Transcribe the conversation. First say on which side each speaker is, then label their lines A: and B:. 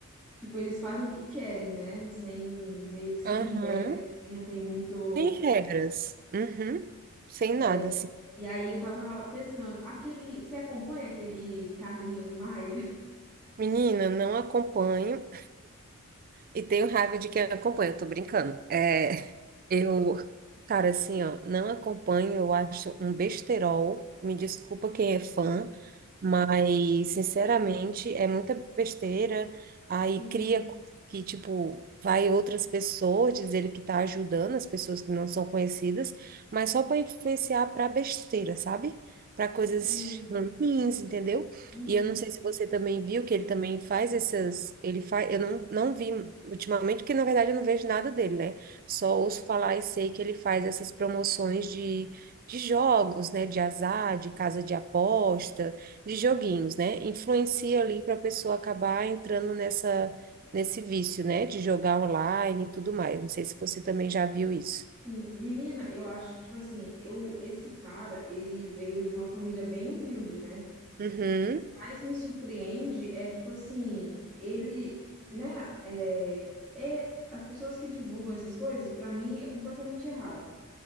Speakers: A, in the centre; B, on the right (about 40°).
A: Tipo, eles fazem o que querem, né? Sem, meio que sem
B: Aham.
A: regra, assim, não tem muito.
B: Sem regras. Uhum. Sem
A: é.
B: nada, assim.
A: E aí eu tava pensando, aquele. Você acompanha aquele Carlinhos Maia? <laughs>
B: Menina, não acompanho. E tenho raiva de quem acompanha, eu tô brincando. É, eu, cara, assim, ó, não acompanho, eu acho um besterol. Me desculpa quem é fã, mas, sinceramente, é muita besteira. Aí
A: Sim,
B: cria coisa que, tipo, vai outras pessoas diz ele que tá ajudando as pessoas que não são conhecidas, mas só para influenciar para besteira, sabe? Para coisas
A: sim.
B: ruins, entendeu?
A: Uhum.
B: E eu não sei se você também viu que ele também faz essas. Ele faz. Eu não, não vi ultimamente, porque na verdade eu não vejo nada dele, né? Só ouço falar e sei que ele faz essas promoções de, de jogos, né? De azar, de casa de aposta, de joguinhos, né? Influencia ali para a pessoa acabar entrando nessa, nesse vício, né? De jogar online e tudo mais. Não sei se você também já viu isso.
A: Sim. Menina, eu acho, tipo assim, eu, esse cara, ele veio de uma família bem humilde, né?
B: Uhum,
A: O que mais me surpreende é, tipo assim, ele, né? É, é, as pessoas que divulgam essas coisas, pra mim, é completamente errado.